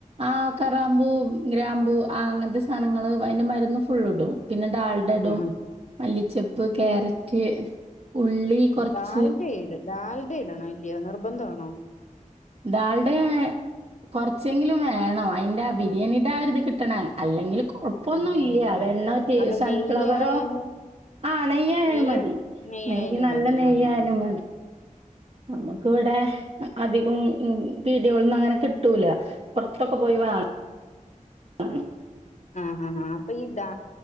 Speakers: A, on the right; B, on the left.
A: ആ കറാമ്പൂ ഗ്രാമ്പൂ ആ അങ്ങനത്തെ സാധനങ്ങള്ൾ അതിന്റെ
B: ആഹ്
A: മരുന്ന് ഫുള് ഇടും പിന്നെ ഡാൾഡഡും
B: ആഹ്
A: മല്ലിച്ചപ്പ് ക്യാരറ്റ്
B: ഈ
A: ഉള്ളി കുറച്ച്
B: ഡാൽഡ ഇടും ഡാൽഡ ഇടണോ ഇല്ലയോ നിർബന്ധമാണോ
A: ന്താളുടെ കൊറച്ചെങ്കിലും വേണംോ അതിന്റെ ബിരിയാണീട്ട ആരി ഇത് കിട്ടണം അല്ലെങ്കിൽ കൊഴപ്പൊന്നും
B: കിട്ടണം ഓഹ്
A: ഇല്ല വെണ്ണ
B: അല്ല
A: സൺഫ്ലവറോ
B: നെയ്യായാലും
A: ആഹ നെയ്യായാലും
B: നെയ്യ്
A: മതി
B: നെയ്യായാലും
A: നെയ്യ് നല്ല
B: മതി
A: നെയ്യായാലും
B: ആഹ് ആഹ് ആഹ്
A: മതി നമുക്ക്ിവിടെ
B: ഉം ഉം
A: അധികം പീടോളന്നും അങ്ങനെ കിട്ടൂല പുറത്തൊക്കെ പോയി വ ആഹ ഉ
B: ആഹ ആാ ആാ അപ്പൊ ഈ ഡാ